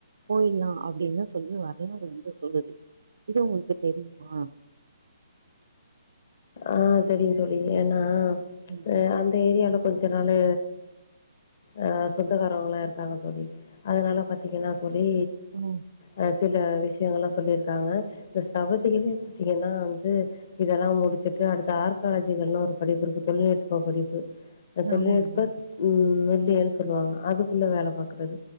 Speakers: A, on the right; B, on the left.
A: கோயில்தா அப்டின்னு சொல்லி வரலாறு வந்து சொல்லுது இது உங்களுக்கு தெரியுமா
B: ஆ தெரியு தோழி ஏன்னா
A: ம்
B: ஆ அந்த ஏரியால கொஞ்ச நாளு ஆ சொந்தக்காரங்வங்கல்லா இருக்காங்க தோழி அதனால பாத்தீங்கன்னா தோழி
A: ம்.
B: ஆ சில விஷயங்கல்லா சொல்லிருக்காங்க இப்ப சவதிலயுமே பாத்தீங்கன்னா வந்து இதெல்லா முடிச்சிட் க்கு அடுத்து ஆர்காலஜினு ஒரு படிப்பு இருக்கு தொழில் நுட்ப படிப்பு இந்த தொழில்
A: ஆமா. ஆமா
B: நுட்ப
A: தோழி.
B: ம் தொல்லியல்னு சொல்லுவாங்க அதுக்குள்ள வேல பாக்குது அது